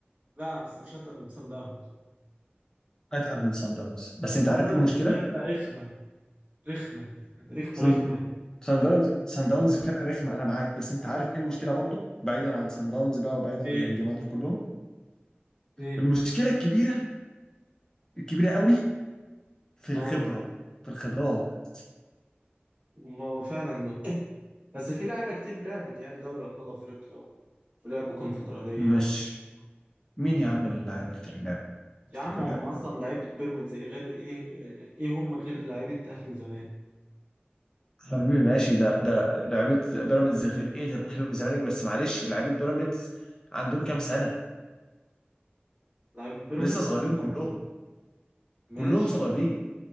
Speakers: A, on the right; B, on the left.
A: لا بس مش هتقل من صن داونز
B: اتقل من سان داونز بس انت
A: صن
B: عارف
A: داونز
B: ايه المشكله؟
A: فرقة رخمة رخمة رخمة
B: سان
A: رخمة يعني.
B: سان داونز سان داونز فرقه رخمه انا معاك بس انت عارف ايه المشكله برضو بعيدا عن سان داونز بقى وبعيدا
A: ايه
B: عن الجماعه دول كلهم
A: ايه
B: المشكله الكبيره الكبيره قوي في الخبرة
A: اه
B: في الخبرات
A: ما هو فعلا بس في لعيبة كتير لعبت يعني دوري أبطال أفريقيا ولعبوا كونفدرالية
B: مش مين يا عم اللاعب الكلاب
A: يا
B: افتكر
A: عم هم
B: لعبكم
A: اصلا لعيبه بيراميدز إيه غير ايه ايه هم غير لعيبه اهلي وزمالك
B: حبيبي ماشي ده ده لعيبة بيراميدز غير ايه غير الاهلي والزمالك بس معلش لعيبة بيراميدز عندهم كام سنة
A: لعيبه بيراميدز
B: لسه صغيرين كلهم
A: ماشي
B: كلهم صغيرين